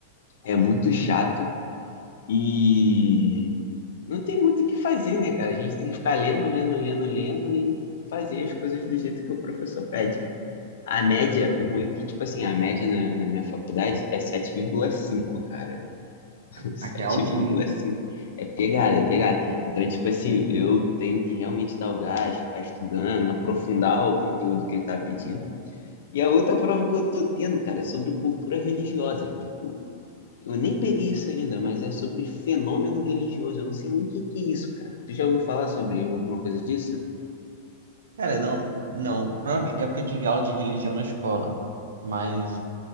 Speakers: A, on the left; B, on the right.
A: é muito chato e não tem muito o que fazer, né, cara? A gente tem que ficar lendo, lendo, lendo, lendo e fazer as coisas do jeito que o professor pede. A média, o ruim é que, tipo assim, a média na, na minha faculdade é sete vírgula cinco, cara. <laughs> 7,5.
B: Caraca, é altinho, hein?
A: É pegada, é pegada. Então, tipo assim, eu tenho que realmente dar o gás, ficar estudando, aprofundar o conteúdo que ele tá pedindo. E a outra prova que eu tô tendo, cara, é sobre cultura religiosa. Tipo, eu nem peguei isso ainda, mas é sobre fenômeno religioso. Eu não sei nem o que que é isso, cara. Tu já ouviu falar sobre alguma coisa disso?
B: Cara, não, não. Provavelmente é porque eu tive aula de religião na escola. Mas.